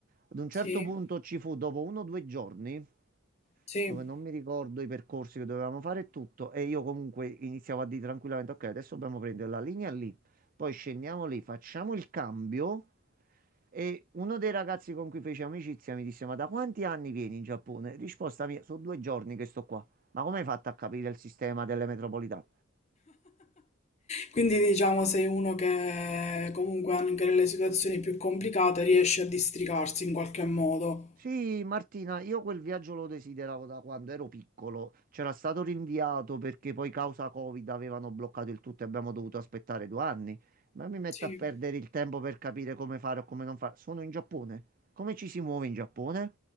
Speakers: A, on the right (about 40°); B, on the left (about 30°).
A: Ad un certo
B: Sì,
A: punto ci fu, dopo uno o due giorni,
B: sì.
A: dove non mi ricordo i percorsi che dovevamo fare e tutto, e io comunque iniziavo a dire tranquillamente, ok, adesso dobbiamo prendere la linea lì, poi scendiamo lì, facciamo il cambio. E uno dei ragazzi con cui feci amicizia mi disse: Ma da quanti anni vieni in Giappone? Risposta mia: Sono due giorni che sto qua. Ma come hai fatto a capire il sistema delle metropolitane?
B: Quindi diciamo sei uno che comunque anche nelle situazioni più complicate riesce a districarsi in qualche modo.
A: Sì, Martina, io quel viaggio lo desideravo da quando ero piccolo. C'era stato rinviato perché poi causa Covid avevano bloccato il tutto e abbiamo dovuto aspettare due anni. Ma mi metto
B: Sì.
A: a perdere il tempo per capire come fare o come non fare. Sono in Giappone. Come ci si muove in Giappone?